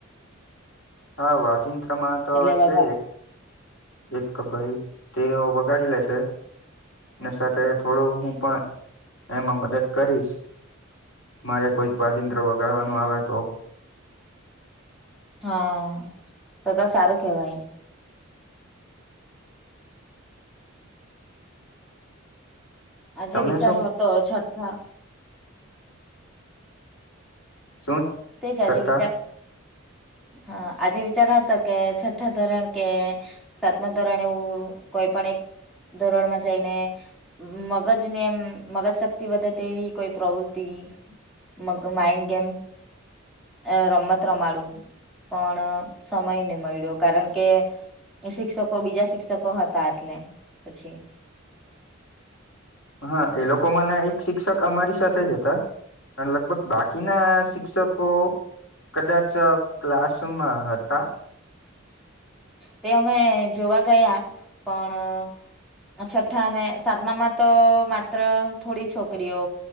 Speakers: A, on the left; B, in the centre.
A: હા વાજિંત્રમાં તો
B: એટલે વગર
A: છે એક ભઈ તેઓ બગાડી લેશે ને સાથે થોડું હું પણ એમાં મદદ કરીશ મારે કોઈક વાજિંત્ર વગાડવાનું આવે તો
B: હા તો તો સારું કેવાય આજે
A: તમે
B: વિચાર
A: શું
B: અ હતો છઠા
A: <inaudible>
B: તે જ આજે
A: છઠ્ઠા
B: વિચાર હા આજે વિચાર હતો કે છઠ્ઠા ધોરણ કે સાતમાં ધોરણે હું કોઈ પણ એક ધોરણમાં જઈને મગજ ને એમ મગજ શક્તિ વધે તેવી કોઈ પ્રવૃતિ મગ માઇન્ડ ગેમ અ રમત રમાડું પણ સમય ને મળ્યો કારણ કે એ શિક્ષકો બીજા શિક્ષકો હતા એટલે પછી
A: હા એ લોકો માના એક શિક્ષક અમારી સાથે જ હતા પણ લગભગ બાકીના શિક્ષકો કદાચ ક્લાસરૂમમાં હતા
B: તે અમે જોવા ગયા પણ છઠ્ઠા ને સાતમામાં તો માત્ર થોડી છોકરીઓ